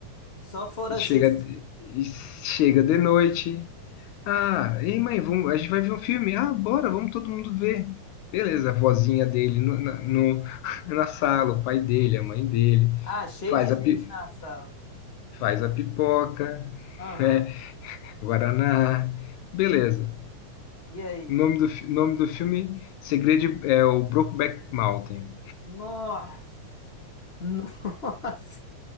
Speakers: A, on the left (about 20°); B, on the left (about 80°).
A: Só for
B: E
A: assistir.
B: Chega, de- e chega de noite. Ah, ei mãe, vamos, a gente vai ver um filme. Ah, bora, vamos todo mundo ver. Beleza, a vozinha dele no, na, no- <laughs> na sala, o pai dele, a mãe dele.
A: Ah, cheio
B: Faz
A: de gente
B: a, pi-
A: na sala.
B: faz a pipoca, <laughs>
A: Aham.
B: né? Guaraná. Beleza.
A: E aí?
B: O nome do, fi- nome do filme Segredo é o Brokeback Mountain.
A: Nossa! <laughs> Nossa!